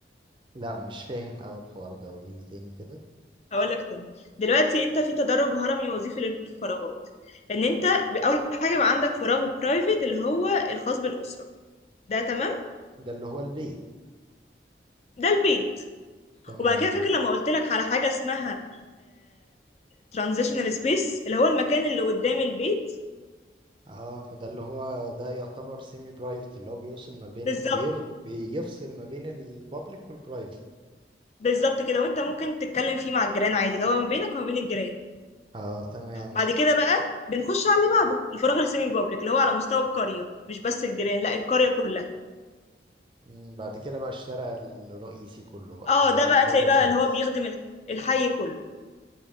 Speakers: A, on the right; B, on the left.
A: لا مش فاهم أوي الحوار ده قوليلي تاني كده
B: هقول لك تاني دلوقتي انت في تدرج هرمي وظيفي للفراغات ان انت اول حاجه بقى عندك فراغ برايفت اللي هو الخاص بالاسره ده تمام
A: ده اللي هو البيت
B: ده البيت
A: تمام
B: وبعد كده فاكر لما قلت لك على حاجه اسمها ترانزيشنال سبيس اللي هو المكان اللي قدام البيت
A: اه فده اللي هو ده يعتبر سيمي برايفت اللي هو بيوصل ما بين
B: بالظبط
A: بيف... بيفصل ما بين البابليك والبرايفت
B: بالظبط كده وانت ممكن تتكلم فيه مع الجيران عادي اللي هو ما بينك وما بين الجيران
A: اه تمام
B: بعد كده بقى بنخش على اللي بعده الفراغ السيمي بابليك اللي هو على مستوى القريه مش بس الجيران لا القريه كلها
A: مم، بعد كده بقى الشارع الرئيسي كله بقى
B: اه
A: اللي
B: ده
A: هو
B: بقى
A: البابليك
B: تلاقي بقى
A: خالص
B: اللي هو بيخدم الح- الحي كله